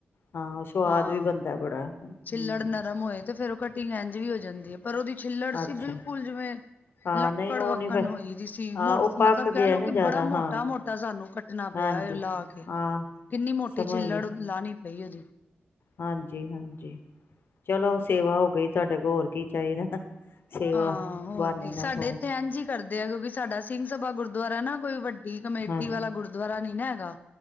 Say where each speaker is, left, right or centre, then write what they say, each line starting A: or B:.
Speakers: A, on the left; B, on the left.
A: ਹਾਂ, ਸਵਾਦ
B: ਹਾਂ।
A: ਵੀ ਬੰਦਾ ਬੜਾ, ਹੂੰ
B: ਛਿੱਲੜ ਨਰਮ
A: ‌।
B: ਹੋਏ ਤੇ ਫਿਰ ਔ ਕਟਿੰਗ ਐੰਝ ਵੀ ਹੋ ਜਾਂਦੀ ਏ। ਪਰ ਔਦੀ ਛਿੱਲੜ ਸੀ
A: ਅੱਛਾ
B: ਬਿਲਕੁਲ ਜਿਵੇਂ
A: ਹਾਂ
B: ਲੱਕੜ
A: ਨਹੀਂ ਉਹ
B: ਵੱਕਣ
A: ਨਹੀਂ ਫਿਰ
B: ਹੋਈ ਦੀ ਸੀ
A: ਹਾਂ
B: ਮੋ
A: ਉਹ ਪੱਕ
B: ਮਤਲਬ ਕੈ
A: ਗਿਆ
B: ਲੋ
A: ਨਾ
B: ਕਿ
A: ਜ਼ਿਆਦਾ
B: ਬੜਾ ਮੋਟਾ
A: ਹਾਂ
B: ਮੋਟਾ ਸਾਨੂੰ ਕੱਟਣਾ
A: ਹਾਂਜੀ
B: ਪਿਆ ਏ ਓ ਲਾ ਕੇ
A: ਹਾਂ
B: ਕਿੰਨੀ ਮੋਟੀ
A: ਸਮਝ
B: ਛਿੱਲੜ
A: ਗਈ
B: ਲਾਣੀ ਪਈ ਏ ਔਦੀ।
A: ਹਾਂਜੀ ਹਾਂਜੀ ਚਲੋ ਸੇਵਾ ਹੋ ਗਈ ਤੁਹਾਡੇ ਕੋਲ ਹੋਰ ਕੀ ਚਾਹੀਦਾ। ਸੇਵਾ
B: ਹਾਂ, ਹੋਰ
A: ਬਹਾਨੇ
B: ਕੀ ਸਾਡੇ
A: ਨਾਲ ਹੋ
B: ਇੱਥੇ ਐੰਝ ਈ ਕਰਦੇ ਐ, ਕਿਉਂਕਿ ਸਾਡਾ ਸਿੰਘ ਸਭਾ ਗੁਰਦੁਾਰਾ ਨਾ ਕੋਈ ਵੱਡੀ ਕਮੇਟੀ
A: ਹਾਂ
B: ਵਾਲਾ ਗੁਰਦੁਆਰਾ ਨੀ ਨਾ ਹੈ। ਗਾ।